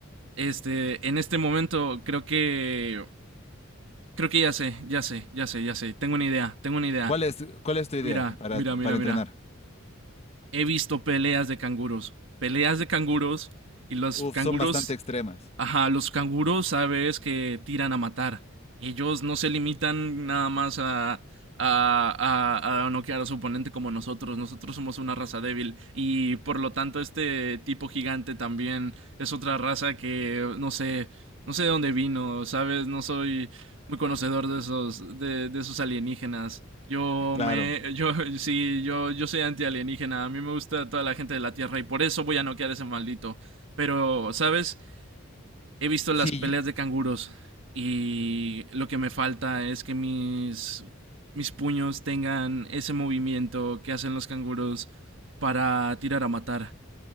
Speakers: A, on the right (about 65°); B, on the left (about 30°).
A: Este, en este momento creo que, creo que ya sé, ya sé, ya sé, ya sé. Tengo una idea, tengo una idea.
B: ¿Cuál es, cuál es tu idea
A: Mira,
B: para,
A: mira, mira,
B: para
A: mira.
B: entrenar?
A: he visto peleas de canguros. Peleas de canguros y los
B: Uf,
A: canguros,
B: son bastante extremas.
A: ajá, los canguros sabes que tiran a matar. Ellos no se limitan nada más a, a, a, a noquear a su oponente como nosotros. Nosotros somos una raza débil y por lo tanto este tipo gigante también es otra raza que no sé, no sé de dónde vino, ¿sabes? No soy muy conocedor de esos, de, de esos alienígenas. Yo
B: Claro.
A: me, <laughs> yo, sí, yo, yo soy antialienígena. A mí me gusta toda la gente de la Tierra y por eso voy a noquear a ese maldito. Pero, ¿sabes? He visto las
B: Sí,
A: peleas de canguros y lo que me falta es que mis, mis puños tengan ese movimiento que hacen los canguros para tirar a matar.